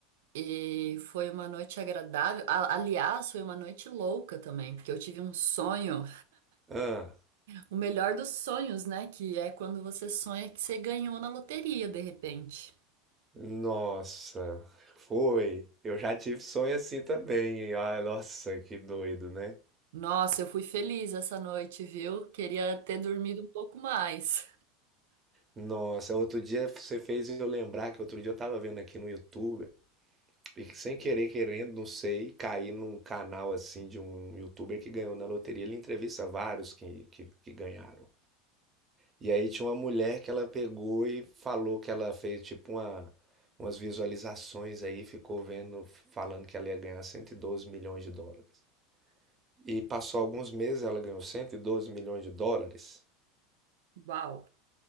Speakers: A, on the right; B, on the right.
A: e foi uma noite agradável. A- Aliás, foi uma noite louca também, porque eu tive um sonho,
B: Ah,
A: o melhor dos sonhos, né? Que é quando você sonha que você ganhou na loteria de repente.
B: nossa, foi. Eu já tive sonho assim também. Ah, nossa, que doido, né?
A: Nossa, eu fui feliz essa noite, viu? Queria ter dormido um pouco mais.
B: Nossa, outro dia você fez eu lembrar que outro dia eu tava vendo aqui no YouTube e que sem querer, querendo, não sei, caí num canal assim de um YouTuber que ganhou na loteria. Ele entrevista vários que, que, que ganharam. E aí tinha uma mulher que ela pegou e falou que ela fez tipo uma, umas visualizações aí, ficou vendo, falando que ela ia ganhar 112 milhões de dólares. E passou alguns meses, ela ganhou 112 milhões de dólares.
A: Uau!